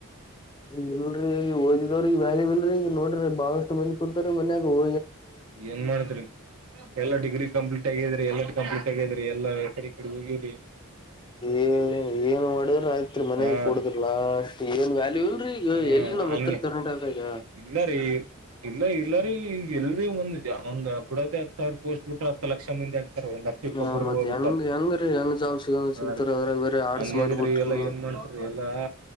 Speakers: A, on the left (about 20°); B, on the right (about 80°).
A: ಇಲ್ರೀ ಓದಿದವ್ರ ಈಗ ವ್ಯಾಲಿಲ್ರರಿ ಈಗ ನೋಡ್ರಿ ಬಾಳಷ್ಟು ಮಂದಿ ಕುೂಂತರ ಮನ್ಯಾಗ ಹ
B: ಏನ್ ಮಾಡತ್ರಿ ಎಲ್ಲಾ ಡಿಗ್ರಿ ಕಂಪ್ಲೀಟ್ ಆಗಿದ್ರ ಎಲ್ಲರ ಕಂಪ್ಲೀಟ್ ಆಗ್ರರಿ ಎಲ್ಲ ಎ ಕಡೆ ಈ ಕಡೆ ಹೋಗಿ್ರಿ
A: ಏ ಏನ್ ಒಡ್ರ ಆಯ್ತ್ರಿ ಮನೆಗ್
B: ಹಾ
A: ಕುಡದ್ರ
B: ರೀ
A: ಲಾಸ್ಟ್ ಏನ್ ವ್ಯಾಲ್ಯೂ ಇಲ್ರೀ ಈಗ
B: ಹ್ಮ
A: ಎಲ್ಲಿ ನಮ್ಮ್
B: ಹಂಗೆ
A: ಉತ್ತರ ಕರ್ನಾಟಕ ಅದಗ
B: ಇಲ್ಲ ರೀ ಇಲ್ಲ ಇಲ್ಲಾರಿೀ ಎಲ್ರಿ ಒಂದ ಒಂದ್ ಬಿಡದ ಹತ್ತು ಸಾವಿರಾಯ ಪೋಸ್ಟ್ ಬಿಟ್ರ ಹತ್ತು ಲಕ್ಷ ಮಂದಿ ಆಗ್ತಾರೆ ಒಂದ್ ಲಕ್ಷಕ್ಕ
A: ಹ
B: ಒಬ್ಬರು
A: ಮತ್
B: ಹೋಗ್ಬೇಕ
A: ಹೆಂಗ್ ಹೆಂಗ್ರೀ ಹೆಂಗ್ ಜಾಬ್ ಸಿಗ
B: ಹ
A: ಸಿಗ್ತಾರ ಅದ್ರಾಗ ಬೇರೆ ಆರ್ಟ್ಸ್
B: ಹಂಗ
A: ಮಾಡ್ಬಿಟ್ರಿ
B: ಆಗಿದ್ರಿ ಎಲ್ಲಾ
A: ನೀವು
B: ಏನ್ ಮಾಡ್ಸ್ರಿ ಎಲ್ಲಾ